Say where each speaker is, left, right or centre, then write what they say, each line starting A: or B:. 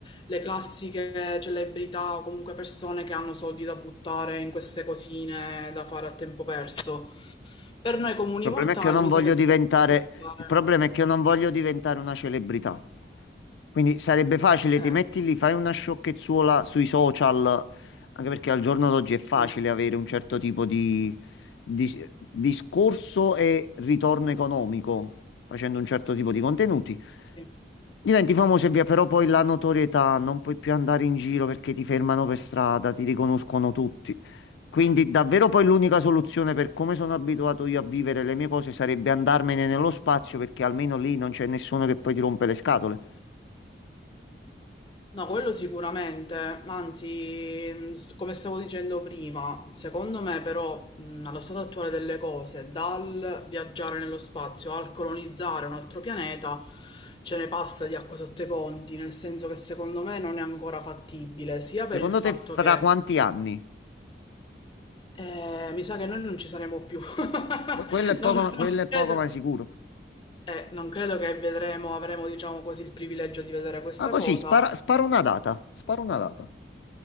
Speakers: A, on the left; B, on the left.
A: le classiche celebrità o comunque persone che hanno soldi da buttare in queste cosine da fare a tempo perso. Per noi comuni
B: Il problema
A: mortali
B: è che io non
A: mi
B: voglio
A: sa che dovremmo
B: diventare,
A: aspettare.
B: il problema è che io non voglio diventare una celebrità. Quindi sarebbe facile, ti
A: Ecco,
B: metti lì, fai una sciocchezzuola sui social, anche perché al giorno d'oggi è facile
A: sì,
B: avere un certo tipo di, di- discorso e ritorno economico facendo un certo tipo di contenuti.
A: sì.
B: Diventi famoso e via, però poi la notorietà, non puoi più andare in giro perché ti fermano per strada, ti riconoscono tutti. Quindi davvero poi l'unica soluzione per come sono abituato io a vivere le mie cose sarebbe andarmene nello spazio perché almeno lì non c'è nessuno che poi ti rompe le scatole.
A: No, quello sicuramente, ma anzi, mh, s- come stavo dicendo prima, secondo me però, mh, allo stato attuale delle cose, dal viaggiare nello spazio al colonizzare un altro pianeta, ce ne passa di acqua sotto i ponti, nel senso che secondo me non è ancora fattibile, sia
B: Secondo
A: per il fatto
B: te fra
A: che
B: quanti anni?
A: eh, mi sa che noi non ci saremo più. <laughs>
B: Que- Quello è poco,
A: Non,
B: ma- quello
A: non
B: è
A: credo,
B: poco ma sicuro.
A: eh, non credo che vedremo, avremo, diciamo così, il privilegio di vedere questa
B: Ma così,
A: cosa.
B: spara, spara una data, spara una data.